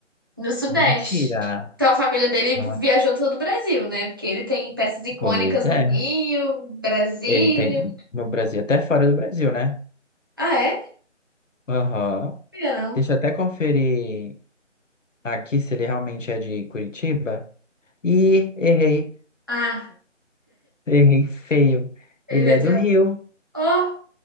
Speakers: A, on the right; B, on the left.
A: no Sudeste.
B: Mentira.
A: Então a família dele
B: Não é-
A: viajou todo o Brasil, né? Porque ele tem peças icônicas
B: Pois é.
A: no Rio, Brasília.
B: Ele tem no Brasil, até fora do Brasil, né?
A: Ah, é? Não
B: Aham.
A: sabia, não.
B: Deixa eu até conferir aqui se ele realmente é de Curitiba. E errei,
A: Ah,
B: errei feio.
A: ele
B: Ele é
A: é de...
B: do Rio.
A: Ó,